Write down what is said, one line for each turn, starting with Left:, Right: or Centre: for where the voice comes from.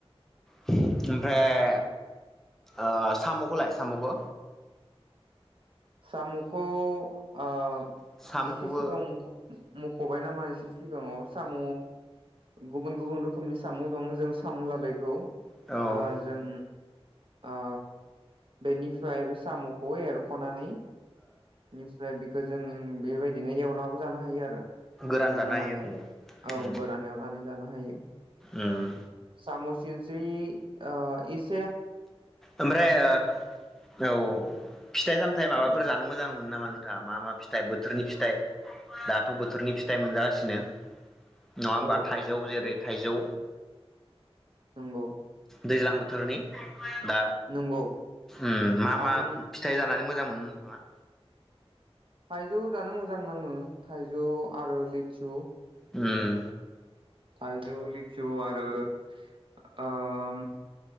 Centre: <unintelligible> ओमफ्राय ओ सामखौलाय सामखौ
Right: सामुखौ ओ
Centre: साम'खौबो
Right: एसे ए सिगाव मख <inaudible> ओब मखबाय नामा एसे सिगाङाव साम' गुबुन गुबुन रोखोमनि साम दं जों साम लादायखौ
Centre: औ
Right: आ
Centre: ओ
Right: जों ओ बेनिफ्राय बे सामखौ एरखनानै नै <unintelligible> खौ जों बेबायदिनो एवनाबो जानो हायो आरो
Centre: गोरान
Right: बे मोजां
Centre: जानो हायो
Right: नाङो
Centre: ओं
Right: औ
Centre: उम
Right: गोरान एवनानै जानो हायो
Centre: उम
Right: सामसिस थ्रि अ इस्ट
Centre: ओमफ्रायो औ फिथाइ सामथाइ माबाफोर
Right: औ
Centre: जानो मोजां मोनो नामा नों दा मा मा फिथाइ बोथोरनि फिथाइ दाथ' बोथोरनि फिथाइ मोनजागासिनो नङा होमबा
Right: औ
Centre: थाइजौ
Right: औ
Centre: जेरै थाइजौ
Right: नंगौ
Centre: दैज्लां बोथोरनि दा
Right: नंगौ
Centre: उम मा मा
Right: आं
Centre: फिथाइ जानानै मोजां मोनो नोंथाङा
Right: थाइजौ जानो मोजां नाङो थाइजौ आरो लेचु
Centre: उम
Right: थाइजौ लिचु आरो ओ ओम